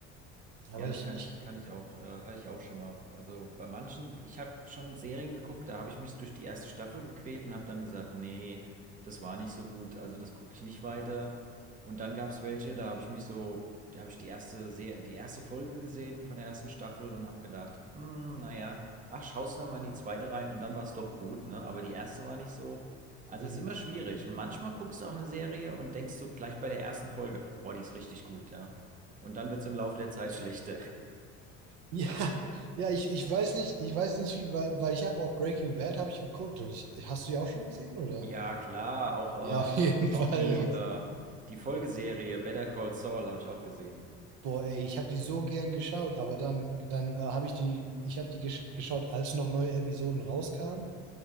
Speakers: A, on the right; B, on the right.
A: Ja,
B: aber
A: das
B: ich,
A: kann,
B: ich,
A: ich- kann ich auch, äh, hatte ich auch schon mal. Also bei manchen, ich habe schon Serien geguckt, da habe ich mich durch die erste Staffel gequält und habe dann gesagt, nee, das war nicht so gut, also das gucke ich nicht weiter. Und dann gab es welche, da habe ich mich so, da habe ich die erste Se die erste Folge gesehen von der ersten Staffel und habe gedacht, hm, naja, ach, schaust du noch mal in die zweite rein und dann war es doch gut, ne? Aber die erste war nicht so. Also
B: hm,
A: es ist immer schwierig. Und manchmal guckst du auch eine Serie und denkst du gleich bei der ersten Folge, boah, die ist richtig gut, ja. Und dann wird es im Laufe der Zeit <laughs> schlechter.
B: ja, <laughs> ja, ich, ich weiß nicht, ich weiß nicht, wie, weil, weil ich habe auch Breaking Bad habe ich geguckt und ich, hast du die auch schon gesehen, oder?
A: Ja, klar, auch,
B: Ja, auf
A: äh,
B: jeden <laughs> Fall.
A: auch die, äh, die Folgeserie Better Call Saul habe ich auch gesehen.
B: Boah, ey, ich habe die so gern geschaut, aber dann, dann äh, habe ich die, ich habe die gesch geschaut, als noch neue Episoden rauskamen.